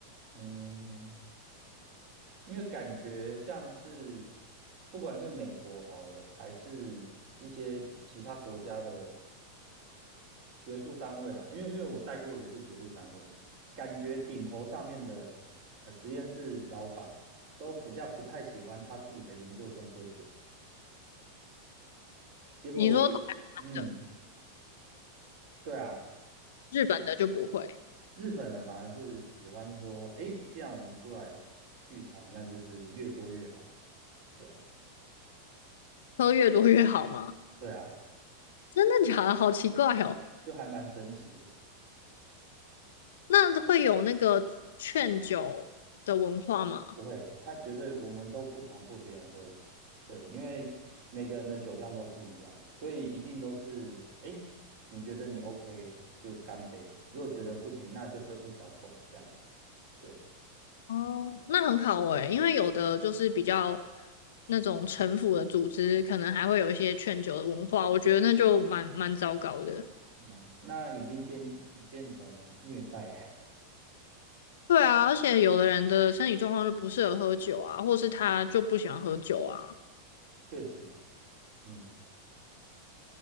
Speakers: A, on the right; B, on the left.
A: 嗯，因为感觉像是不管是美国好了，还是一些其他国家的学术单位啦，因为因为我带过的是学术单位，感觉顶头上面的呃实验室老板都比较不太喜欢他自己的研究生喝酒，结果，
B: 你说台湾的、
A: 嗯，对啊。
B: 日本的就不会，
A: 日本人反而是喜欢说，诶，既然我们出来聚餐，那就是越多越好。对啊，
B: 喝越多越好吗？
A: 对啊，
B: <laughs> 真的假的？好奇怪哦。
A: 就还蛮神奇的。
B: 那会有那个劝酒的文化吗？
A: 不会，他觉得我们都不强迫别人喝，对，因为每个人的酒量都不一样，所以一定都是，诶，你觉得你 OK 哦就干杯，如果觉得不行，那就喝一小口这样。对，
B: 哦，那很好诶、因为有的就是比较那种城府的组织，可能还会有一些劝酒的文化，我觉得那就蛮蛮糟糕的。
A: 哦，那已经变变成虐待了，
B: 对啊，而且有的人的身体状况就不适合喝酒啊，或是他就不喜欢喝酒啊。
A: <laughs> 确实啊，嗯。